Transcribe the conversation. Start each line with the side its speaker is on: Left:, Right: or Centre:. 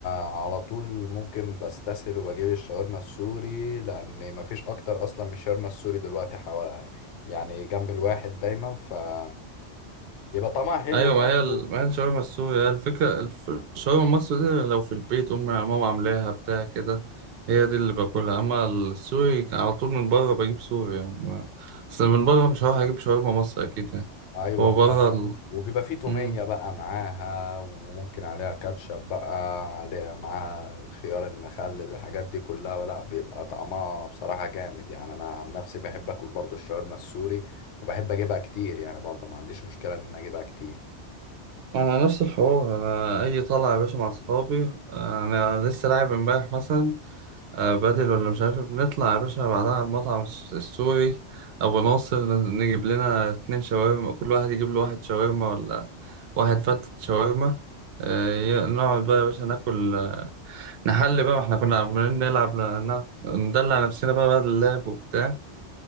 Left: على طول ممكن بستسهل وبجيب الشاورما السوري لان ما فيش اكتر اصلا من الشاورما السوري دلوقتي حوالي يعني جنب الواحد دايما فبيبقى طعمها حلو
Right: ايوه
Left: برضه
Right: ما هي ال- ما هي الشاورما السوري هي الفكره الف- الشاورما المصري دي لو في البيت امي ماما عاملاها بتاع كده هي دي اللي باكلها اما السوري على طول من بره بجيب سوري يعني ما- اصل من بره مش هروح اجيب شاورما مصري اكيد يعني
Left: ايوه
Right: هو
Left: ف
Right: بره ال...
Left: وبيبقى فيه تومية
Right: مم.
Left: بقى معاها وممكن عليها كاتشب بقى عليها معاها الخيار المخلل الحاجات دي كلها لا بيبقى طعمها بصراحة جامد يعني انا عن نفسي بحب اكل برضو الشاورما السوري وبحب اجيبها كتير يعني برضو ما عنديش مشكلة ان أنا اجيبها كتير
Right: انا نفس الحوار انا اي طلعه يا باشا مع اصحابي انا لسه لاعب امبارح مثلا آه، بدل ولا مش عارف بنطلع يا باشا بعدها على المطعم الس- السوري أبو ناصر نجيب لنا اتنين شاورما كل واحد يجيب له واحد شاورما ولا واحد فتة شاورما آه، ي- نقعد بقى يا باشا ناكل آه، نحل بقى ما احنا كنا عمالين نلعب ن- ن- ندلع نفسنا بقى بعد اللعب وبتاع